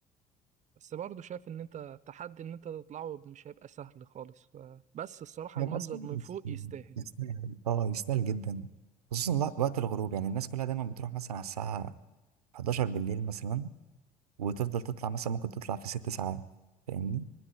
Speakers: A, on the right; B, on the right.
A: بس برضه شايف ان انت تحدي ان انت تطلعه مش هيبقى سهل خالص ف... بس الصراحة
B: يبقى
A: المنظر
B: بس
A: من
B: بس-
A: فوق يستاهل
B: يستاهل اه يستاهل جدا خصوصا لا- وقت الغروب يعني الناس كلها دايما بتروح مثلا على الساعه 11 بالليل مثلا وتفضل تطلع مثلا ممكن تطلع في ست ساعات فاهمني